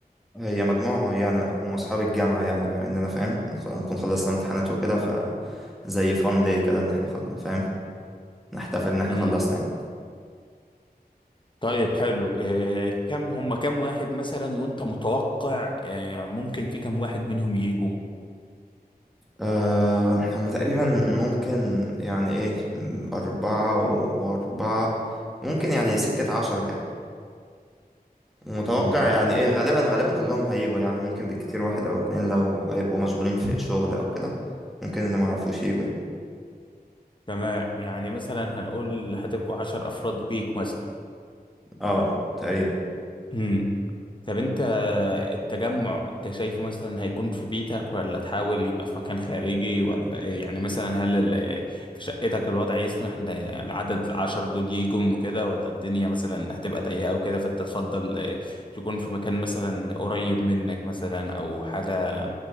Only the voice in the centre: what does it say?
هي مجموعة معينة هم اصحاب الجامعة يعني بما اننا فاهم هنخ- هنكون خلصنا امتحانات وكده ف زي فان داي كده ان احنا خل... فاهم نحتفل ان احنا
خلصنا يعني.
أه هم تقريبا ممكن يعني ايه م، أربعة وأربعة ممكن يعني سكة عشرة كده ومتوقع
يعني ايه غالبا غالبا كلهم هيجوا يعني ممكن بالكتير واحد أو اتنين لو هيبقوا مشغولين في شغل أو كده ممكن اللي معرفوش يجوا يعني
اه تقريبا